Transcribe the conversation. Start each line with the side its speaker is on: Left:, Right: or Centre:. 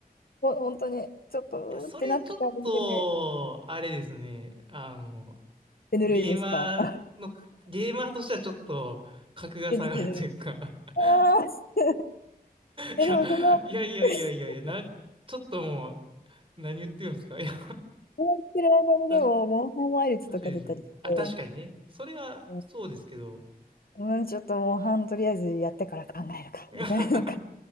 Left: ほ、本当に、ちょっとうーってなってたタイで、
Right: いや、それちょっと、あれですね。あの、
Left: 手ぬるいですかあ
Right: ゲーマーの、ゲーマーとしてはちょっと、格が下がるというか
Left: <laughs> 手ぬるい。あーい
Right: <laughs>
Left: やでもその、
Right: いや、<laughs> いやいやいやいやいや、
Left: <laughs>
Right: な、ちょっともう、何言ってるんですか <laughs> いや、
Left: こうしてる間にでも、
Right: おかし
Left: モンハンワイルズとか出たりして、
Right: おかしいでしょ。あ、確かにね。それは、
Left: う
Right: そうですけど。
Left: ん、うんちょっとモンハンとりあえずやってから考えるか、
Right: <laughs>
Left: みたいな感じ。
Right: い